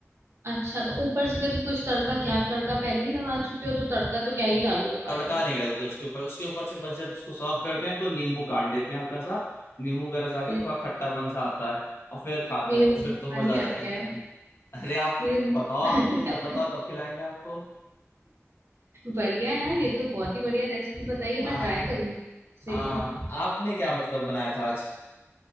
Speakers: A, on the right (about 60°); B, on the left (about 55°).
A: अच्छा तो ऊपर से फिर कुछ तड़का क्या आप तड़का पहले ही लगा चुके हो तो तड़का तो क्या ही डालोगे बाद
B: तड़का
A: में
B: नहीं डालते उसके ऊपर उसके ऊपर से बस जब उसको सर्व करते हैं तो नींबू काट देते हैं हल्का सा नींबू का रस आके
A: मेरे
B: थोड़ा खट्टापन सा आता है और फिर खाते
A: मेरे
B: हैं तो
A: मुंह
B: फिर
A: में
B: तो
A: पानी
B: मजा आ जाता
A: आ गया
B: है खा
A: है
B: के अरे आप
A: मेरे मुंह
B: बताओ
A: में
B: आपको
A: पानी
B: जब
A: आ
B: बताओ
A: गया
B: तब खिलाएंगे आपको
A: बढ़िया यार ये तो बहुत ही बढ़िया रेसिपी बताई है मैं
B: हाँ
A: ट्राई करूंगी सही
B: हाँ
A: है
B: आपने क्या मतलब बनाया था आज